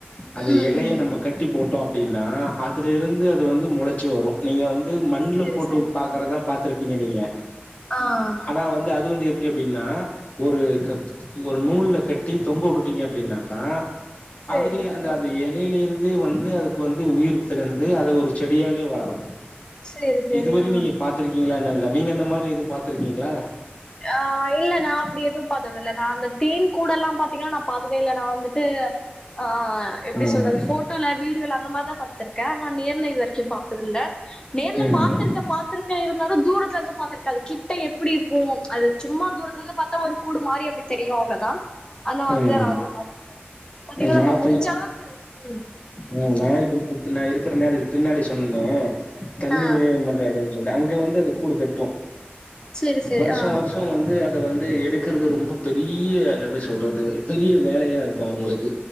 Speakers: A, on the left; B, on the left.
A: அந்த
B: ம்
A: இலைய நம்ம கட்டி போட்டோ அப்டின்னா அதுல இருந்து அது வந்து முளச் சி வரும் நீங்க வந்து மண்ணுல
B: சேரி
A: போட்டு
B: சேரி
A: பாக்குறதா
B: ஆ
A: பாத்துருப்பீங்க நீங்க
B: ஆ
A: ஆனா வந்து அது வந்து எப்டின்னா ஒரு க ஒரு நூல்ல கட்டி தொங்க வுட்டுட்டீங்க அப்டின்னாக்கா
B: சேரி
A: அதுலேயே அந்த
B: ஆ
A: அந்த எலேய்லேருந்தே வந்து அதுக் வந்து உயிர் திலந்து அத ஒரு செடியாவே வளரு
B: சேரி சேரி
A: இதுவர
B: ஆ
A: நீங்க பா்த்திருக்கீங்களால்ல நீங்க இந்தந்த மாதிரி எதுவு பாத்திருக்கீங்களா
B: ஆ இல்ல நா அப்டி எதுவ் பாத்ததுல்ல நா அந்த தேன் கூடலா பாத்தீங்கனா நா பாத்ததேல்ல நா வந்துட்டு ஆ எப்டி
A: ம்
B: சொல்றது ஃபோட் டோல வீடியோல அந்த மார் தா பாத்துருக்கே நா நேர்ல இதுவரைக்கு பாத்ததுல்ல நேர்ல
A: ம்
B: பாத்துரு க்க பாத்துருக்கே இருந்தாலு தூரத்லர்ந்து பாத்துருக்கே அது கிட்ட எப்டிருக்கு அது சும்மா தூரத்லந்து பாத்தா ஒரு கூடு மாறி அப்டி தெரியு தா அந்த மாதிரி
A: ம்
B: தா நா வந்து பாத்துக்கே பாத்தீங்கனா
A: நா
B: நம்ம முடிஞ்சளவுக்கு
A: போய்
B: ம்
A: ம் நா இப்போ இப்போ நா இருக்குற நேரக்கு பின்னாடி சொன்னேனே தண்ணி
B: ஆ
A: விநியோகம் பண்ற எடம் சொல்டே அங்க வந்து அது கூடு கட்டு
B: சேரி சேரி
A: வர்ஷம்
B: ஆ
A: வர்ஷம் வந்து அத வந்து எடுக்றது ரொம்ப பெரிய ப சொல்றது பெரிய வேலயாருக்கு அவ்ங்ளுக்கு